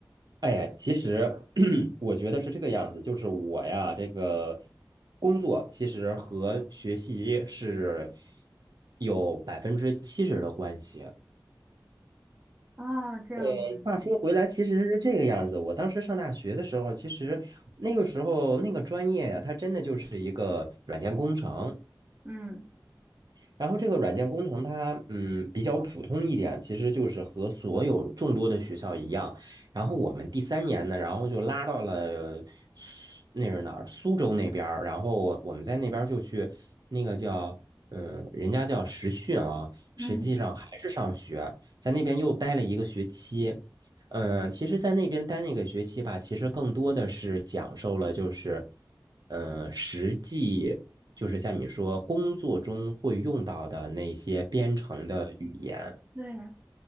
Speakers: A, on the right (about 60°); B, on the right (about 25°).
A: 哎呀，其实 <clears throat> 我觉得是这个样子，就是我呀，这个工作其实和学习是有百分之七十的关系。
B: 啊，这样啊，
A: 呃，话说回来，其实是这个样子。我当时上大学的时候，其实那个时候那个专业呀，它真的就是一个软件工程。
B: 嗯
A: 然后这个软件工程它嗯比较普通一点，其实就是和所有众多的学校一样。然后我们第三年呢，然后就拉到了苏那是哪儿？苏州那边儿。然后我我们在那边儿就去那个叫嗯，人家叫实训啊，
B: 嗯，
A: 实际上还是上学，在那边又待了一个学期。嗯，其实，在那边待那个学期吧，其实更多的是讲授了，就是，呃，实际就是像你说工作中会用到的那些编程的语言，
B: 对，